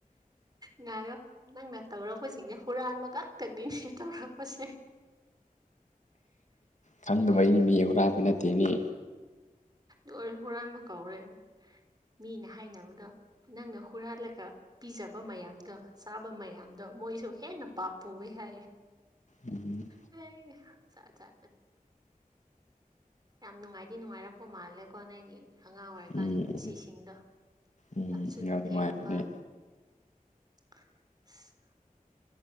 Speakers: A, on the right; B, on the left.
A: ꯉꯌꯣ ꯅꯪꯅ ꯇꯧꯔꯛꯄꯁꯤꯡꯅꯦ ꯍꯨꯔꯥꯟꯕ ꯈꯛꯇꯛꯅꯤꯅꯦ ꯇꯧꯔꯛꯄꯁꯦ
B: ꯈꯪꯗꯕ
A: ꯑꯩ
B: ꯑꯩꯅꯤ ꯃꯤ ꯍꯨꯔꯥꯟꯕ ꯅꯠꯇꯦ ꯃꯤ
A: ꯍꯣꯏ ꯍꯨꯔꯥꯟ ꯑꯃ ꯀꯧꯔꯦ ꯃꯤꯅ ꯍꯥꯏꯅꯕꯗꯣ ꯅꯪꯅ ꯍꯨꯔꯜꯂꯀ ꯄꯤꯖꯕ ꯃꯌꯥꯝꯗꯣ ꯆꯥꯕ ꯃꯌꯥꯝꯗꯣ ꯃꯣꯏꯁꯨ ꯍꯦꯟꯅ ꯄꯥ ꯄꯨꯋꯦ ꯍꯥꯏꯌꯦ
B: ꯎꯝ
A: ꯑ ꯆ ꯆ ꯑ ꯌꯥꯝ ꯅꯨꯡꯉꯥꯏꯗꯤ ꯅꯨꯡꯉꯥꯏꯔꯛꯄ ꯃꯥꯜꯂꯦꯀꯣ ꯅꯪꯒꯤ ꯑꯉꯥꯡ ꯑꯣꯏꯔꯀꯥꯟꯒꯤ
B: ꯎꯝ
A: ꯄꯨꯟꯁꯤꯁꯤꯡꯗꯣ
B: ꯎꯝ
A: ꯂꯝꯁꯨ
B: ꯌꯥꯝ
A: ꯂꯝ
B: ꯅꯨꯡꯉꯥꯏꯕꯅꯦ
A: ꯍꯦꯟꯕ <unintelligible>